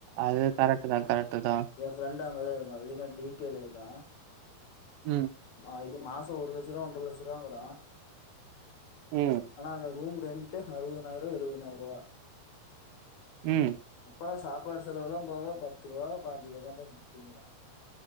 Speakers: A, on the right (about 80°); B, on the left (about 55°).
A: அது கரெக்ட் தா கரெக்ட் தா
B: எயா ஃப்ரெண்டு அங்க தா இருக்கா வெளிநாட்ல யூ கே இருக்கா
A: ம்
B: ஆ இது மாசோ ஒரு லட்ச ரூபா ஒன்றரை லட்ச ரூபா வாங்குறா
A: ம்
B: ஆனா அங்க ரூம் ரென்ட்டு அறுவதுனாயிர ரூவா எழுவதுனாயிர ரூவா
A: ம்
B: அப்பறோ சாப்பாடு செலவெல்லா போக பத்து ரூவா பாஞ்சு ரூவா தான்ட நிக்குதுங்கற